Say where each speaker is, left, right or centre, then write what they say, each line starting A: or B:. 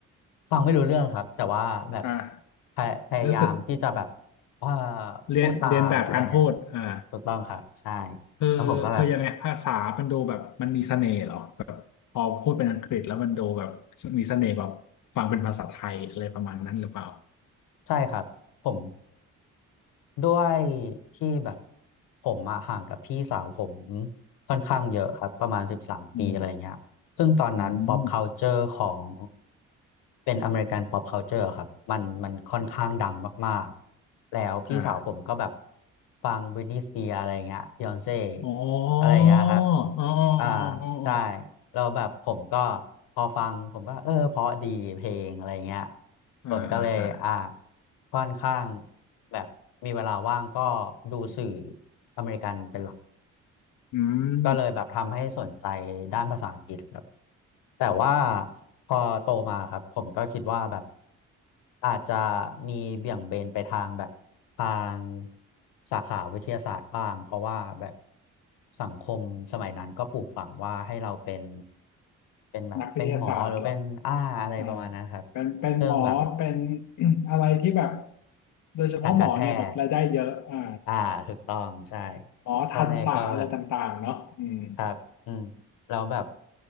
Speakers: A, on the left (about 80°); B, on the left (about 60°).
A: ฟังไม่รู้เรื่องครับแต่ว่าแบบ
B: อ่า
A: พยพยายามที่จะแบบ
B: รู้สึก
A: ว่า
B: เรียนเรียนแบบการพูดอ่า
A: พูดตามอะไรเงี้ยถูกต้องครับใช่
B: คือคือยังไงภาษามันดูแบบมันมีเสน่ห์เหรอแบบพอพูดเป็นอังกฤษแล้วมันดูแบบ
A: แล้วผมก็แบบ
B: มีเสน่ห์แบบฟังเป็นภาษาไทยอะไรประมาณนั้นหรือเปล่า
A: ใช่ครับผมด้วยที่แบบผมอะห่างกับพี่สาวผมค่อนข้างเยอะครับประมาณสิบสามปีอะไรเงี้ย
B: อืม
A: ซึ่งตอนนั้น
B: อืม
A: pop culture ของเป็นอเมริกัน pop culture อะครับมันมันค่อนข้างดังมากๆแล้วพี่สาวผมก็แบบ
B: อ่า
A: ฟัง Britney Spears อะไรเงี้ย Beyonce
B: อ๋อ
A: อะไรเงี้ยครับ
B: อ๋ออ๋อ
A: อ่า
B: อ๋ออ๋อ
A: ใช่แล้วแบบผมก็พอฟังผมก็เออเพราะดีเพลงอะไรเงี้ย
B: อ่าอ่าอ่า
A: ผมก็เลยอ่าค่อนข้างแบบมีเวลาว่างก็ดูสื่ออเมริกันเป็นหลัก
B: อืม
A: ก็เลยแบบทำให้สนใจด้านภาษาอังกฤษครับแต่ว่าพอโตมาครับผมก็คิดว่าแบบอาจจะมีเบี่ยงเบนไปทางแบบทางสาขาวิทยาศาสตร์บ้างเพราะว่าแบบสังคมสมัยนั้นก็ปลูกฝังว่าให้เราเป็นเป็นแบบเป็นหมอหรือเป็นอ้าอะไรประมาณนั้นครับ
B: นักวิทยาศาสตร์เหรออ่าเป็นเป็นหมอเป็น
A: ซึ่งแบบ
B: <clears throat> อะไรที่แบบโดยเฉพาะหมอเนี่ยแบบรายได้เยอะอ่า
A: ทางการแพทย์อ่าถูกต้องใช่
B: หมอทันตะอะไรต่างๆเนาะอืม
A: พ่อแม่ก็แบบ ครับอืมแล้วแบบ